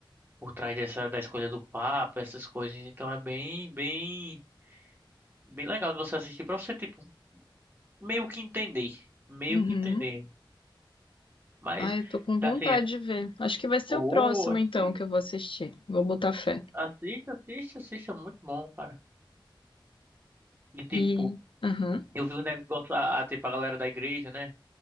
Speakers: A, on the right; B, on the left.
A: por trás dessa, da escolha do Papa, essas coisas. Então é bem, bem, bem legal de você assistir pra você, tipo, meio que entender. Meio
B: Uhum.
A: que entender. Mas,
B: Ai, eu tô com
A: tá
B: vontade
A: assim, é-
B: de ver. Acho que vai ser
A: ô,
B: o próximo,
A: assiste,
B: então, que eu vou assistir. Vou botar fé.
A: assiste, assiste, assiste, é muito bom, cara. E, tipo,
B: E. Aham. <laughs>
A: eu vi um negócio, a, a, tipo, a galera da igreja, né?